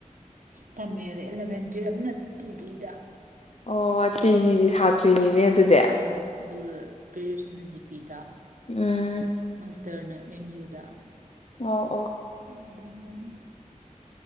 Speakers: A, on the right; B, on the left.
A: ꯇꯝꯃꯛꯑꯦ ꯑꯗꯩ ꯑꯦꯂꯚꯦꯟ ꯇꯨꯌꯦꯜꯞꯅ ꯇꯤ ꯖꯤꯗ
B: ꯑꯣ ꯇꯤꯒꯤꯒꯤ ꯁꯥꯇ꯭ꯔꯤꯅꯤꯅꯦ ꯑ ꯗꯨꯗ
A: ꯎꯝ ꯑꯗꯨꯒ ꯒ꯭ꯔꯦꯖꯨꯌꯦꯁꯟꯅ ꯖꯤ ꯄꯤꯗ
B: ꯎꯝ
A: ꯃꯥꯁꯇꯔꯅ ꯑꯦꯝ ꯌꯨꯗ
B: ꯑꯣ ꯑꯣ
A: ꯑꯗꯨꯃꯥꯏꯅ